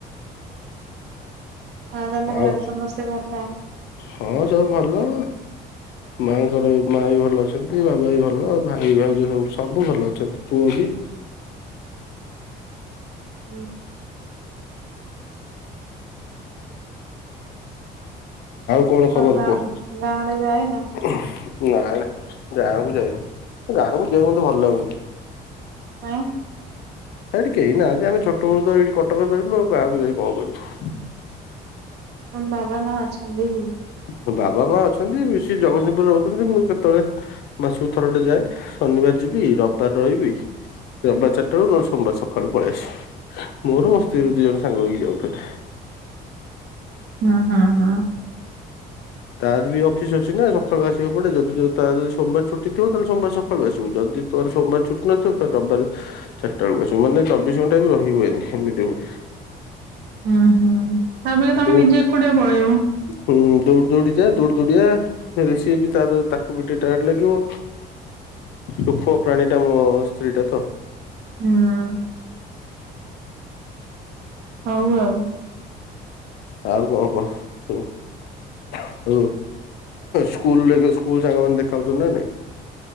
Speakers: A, on the right; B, on the left.
A: ହଁ ତମ
B: ଆଉ
A: ଘରେ ସମସ୍ତେ ଭଲ।
B: ହଁ ସବୁ ଭଲ। ମାଆଙ୍କର ମାଆ ବି ଭଲ ଅଛନ୍ତି ବାବା ବି ଭଲ ଭାଇ ଭାଉଜ ସବୁ ସବୁ ଭଲ ଅଛନ୍ତି ପୁଅ ବି
A: ହୁଁ
B: କଣ ଖବର
A: ଆଉ ଗାଁ
B: କୁହ
A: ଗାଁ ଆଡ଼େ ଯାଇ ନା।
B: ନାଇଁ ନା ଗାଁକୁ ଯାଇନି ଗାଁକୁ ଯିବାକୁ ମୋତେ ଭଲ ଲାଗୁନି।
A: କାଇଁ।
B: ସେଇଠି କେହି ନାହାନ୍ତି ଆମେ ଛୋଟ ବେଳୁ ତ ଏଇଠି କଟକରେ ରହିଲୁ ଆଉ ଗାଁକୁ ଯାଇ କଣ କରିବୁ।
A: ତମ ବାବା ମା ଅଛନ୍ତି।
B: ହଁ ବାବା ମା ଅଛନ୍ତି ସେ ଜଗତସିଂହପୁରରେ ରହୁଛନ୍ତି ମୁଁ କେତେବେଳେ ମାସକୁ ଥର ଟେ ଯାଏ ଶନିବାର ଯିବି ରବିବାର ରହିବି ରବିବାର ଚାରିଟାରୁ ନ ହେଲେ ସୋମବାର ସକାଳୁ ପଳେଇ ଆସିବୁ ମୋର ମୋ ସ୍ତ୍ରୀ ଦି ଜଣ ସାଙ୍ଗ ହେଇକି ଯାଉ
A: ହ ହ ହ।
B: ତାର ବି ଅଫିସ ଅଛି ନା ସକାଳୁ ଆସିବାକୁ ପଡ଼େ ଯଦି ତାର ଯଦି ସୋମବାର ଛୁଟି ଥିବ ତାହେଲେ ସୋମବାର ସକାଳୁ ଆସିବ ଯଦି ତୋରା ସୋମବାର ଛୁଟି ନଥିବ ରବିବାର ଚାଟା ବେଳକୁ ଆସୀମ ମାନେ ଚବିଶ ଘଣ୍ଟା ବି ରହି ହୁଏନି ଏମିତି ହୁଏ।
A: ହୁଁ ହୁଁ ତାପରେ ତମେ
B: ଦୌ
A: ନିଜେ ଏକୁଟିଆ ପଳେଇବ।
B: ହୁଁ ଦୌଡ଼ି ଦୌଡ଼ି ଯା ଦୌଡ଼ି ଦୌଡ଼ି ଆ ସିଏ ବି ତ ତାକୁ ବି ଟିକେ ଟାଏଡ୍ ଲାଗିବ। ଦୁଖ ପ୍ରାଣୀ ଟା ମୋ ସ୍ତ୍ରୀ ଟା ତ
A: ହୁଁ। ହଉ ଆଉ।
B: ଆଉ କଣ କଣ ସବୁ? ଆଉ ସ୍କୁଲ ସ୍କୁଲ ସାଙ୍ଗ ମାନ ଦେଖାହଉଛନ୍ତି ନା ନାଇଁ?